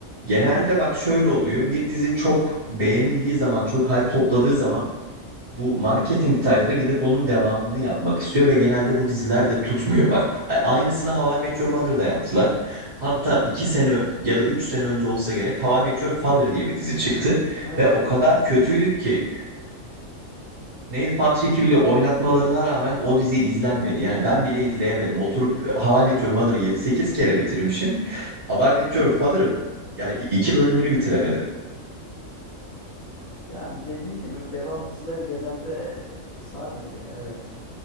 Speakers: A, on the right (about 40°); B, on the left (about 75°).
A: genelde bak şöyle oluyor. Bir dizi çok beğenildiği zaman, çok hype topladığı zaman bu marketing tayfa gidip onun devamını yapmak istiyor ve genelde bu diziler de tutmuyor. Bak a- aynısını How I Met Your Mother'da yaptılar. Hatta
B: Hı hı.
A: iki sene ya da üç sene önce olsa gerek How I Met Your Father diye bir dizi çıktı
B: Ha.
A: ve o kadar
B: <laughs>
A: kötüydü ki Neil Patrick'i bile oynatmalarına rağmen o dizi izlenmedi. Yani ben bile izleyemedim. Oturup How I Met Your Mother'ı 7-8 kere bitirmişim. How I Met Your Father'ı
B: Evet.
A: yani iki bölümünü bitiremedim.
B: Yani dediğin gibi devam dizileri genelde sarmıyor ya. Evet,